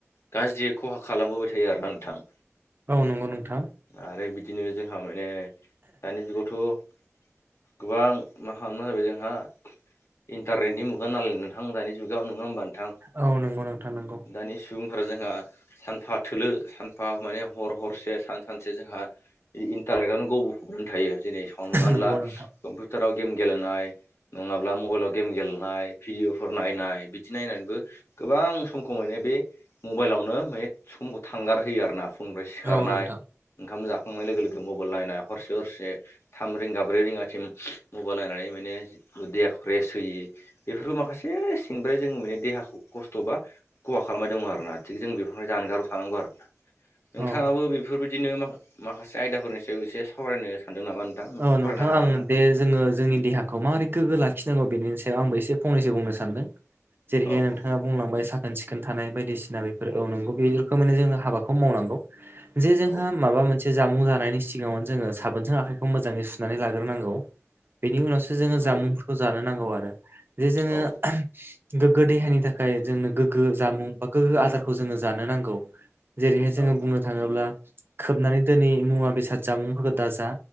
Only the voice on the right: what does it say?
औ नंगौ नोंथां।
औ नंगौ नोंथां नंगौ।
नंगौ
नोंथां।
औ नोंथां।
औ
औ
नोंथां
आं
बे जोङो जोंनि देहाखौ मारै गोग्गो लाखिनांगौ बेनि सायाव आंबो एसे फंनैसो बुंनो सानदों। जेरैहाय
नोंथाङा बुंलांबाय साखोन सिखोन थानाय बायदिसिना बेफोर औ नोंगौ बे रोखोमैनो माने जों हाबाखौ मावनांगौ। जे जोंहा
माबा मोनसे जामुं जानायनि सिगाङावनो जोङो साबोनजों आखाइ खौ मोजाङै सुनानै लाग्रोनांगौ। बेनि उनावसो जोङो जामुंफोरखौ
जानो नांगौ आरो। जे जोङो
गोग्गो देहानि थाखाय जोंनो गोग्गो जामुं बा गोग्गो आदारखौ जोङो जानो नांगौ। जेरैहाय जोङो
बुंनो थाङोब्ला खोबनानै दोनै मुवा बेसाद जामुंफोरखौ दाजा।